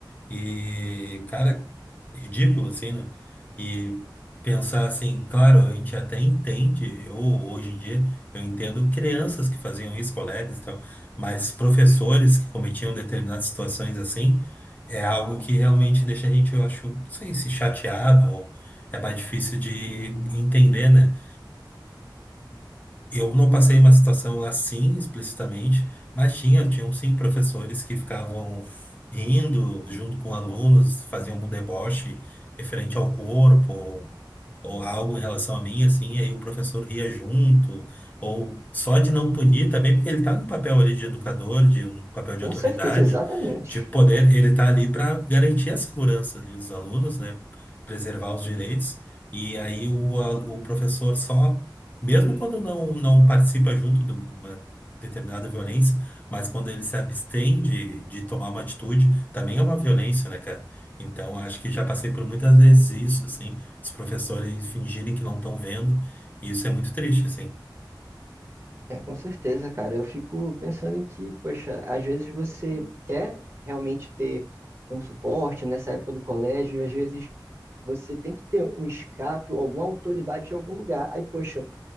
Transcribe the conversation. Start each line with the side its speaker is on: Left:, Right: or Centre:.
Left: E, cara, ridículo, assim, né? E pensar assim, claro, a gente até entende, eu hoje em dia, eu entendo crianças que faziam isso, colegas e tal, mas professores que cometiam determinadas situações assim, é algo que realmente deixa a gente, eu acho, não sei se chateado ou é mais difícil de entender, né? Eu não passei uma situação assim explicitamente, mas tinha, tinham sim professores que ficavam rindo junto com alunos, faziam um deboche referente ao corpo, ou algo em relação a mim, assim, e aí o professor ria junto, ou só de não punir também, porque ele está no papel ali de educador, de um papel de
Right: com
Left: autoridade,
Right: certeza, exatamente.
Left: de poder, ele está ali para garantir a segurança ali dos alunos, né, preservar os direitos, e aí o, a- o professor só, mesmo quando não, não participa junto de uma determinada violência, mas quando ele se abstém de, de tomar uma atitude, também é uma violência, né, cara? Então, acho que já passei por muitas vezes isso, assim, os professores fingirem que não estão vendo, e isso é muito triste, assim.
Right: É, com certeza, cara. Eu fico pensando em que, poxa, às vezes você quer realmente ter um suporte nessa época do colégio, e às vezes você tem que ter um escape ou alguma autoridade de algum lugar. Aí, poxa,